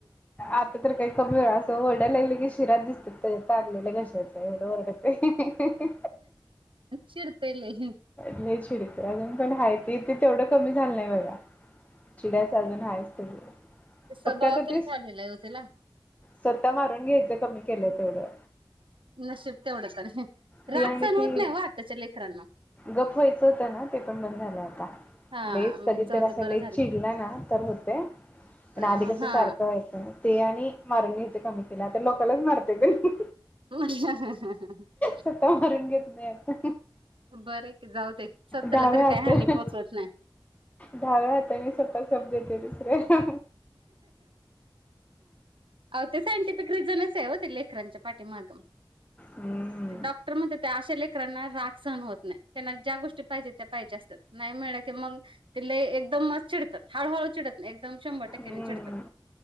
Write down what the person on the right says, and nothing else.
चिडतय लई.
ते स्वभाव
तसं
झालेला आहे हो तेला
नशीब तेवढं तर हाय.
राग
सहन
होत नाही ओ आताच्या लेकरांना
हा
मग
जाऊ
दे
बरं
झालं.
अ
हा
ह हा हा...
बरंय की, जाऊ दे... स्वतःला
तरी
काय हानी पोचवत नाही.
अहो ते सायंटिफिक रिझनच आहे हो ते लेकरांच्या पाठीमाग
डॉक्टर म्हणत्यात अशा लेकरांना राग सहन होत नाही. त्यांना ज्या गोष्टी पाहिजेत त्या पाहिजे असतात नाही मिळल की मग ते लई एकदम चिडतात. हळूहळू चिडत नाही. एकदम शंभर
टक्क्याने चिडतात.